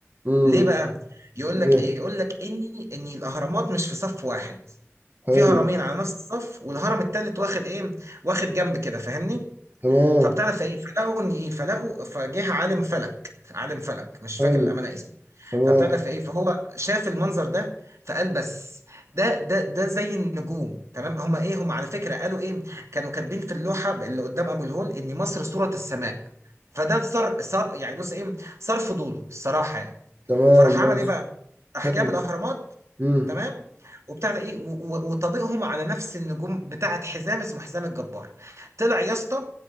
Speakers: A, on the right; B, on the right.
A: امم
B: ليه بقى يقول لك
A: جه.
B: ايه يقول لك اني ان الاهرامات مش في صف واحد
A: حلو
B: في هرمين على نفس الصف والهرم التالت واخد ايه واخد جنب كده فاهمني
A: تمام
B: فبتعرف ايه فلقوا ان ايه فلقوا فجه عالم فلك عالم فلك مش
A: حلو
B: فاكر الامانه اسمه
A: تمام
B: فبتعرف ايه فهو شاف المنظر ده فقال بس ده ده ده زي النجوم تمام هما ايه هما على فكره قالوا ايه كانوا كاتبين في اللوحه اللي قدام ابو الهول ان مصر صوره السماء فده صار صار يعني بص ايه صار فضوله الصراحه يعني
A: تمام
B: فراح عمل
A: ماشي
B: ايه بقى راح
A: حلو
B: جاب الاهرامات
A: مم.
B: تمام وبتاع ده ايه و- و- وطبيقهم على نفس النجوم بتاعه حزام اسمه حزام الجبار طلع يا اسطى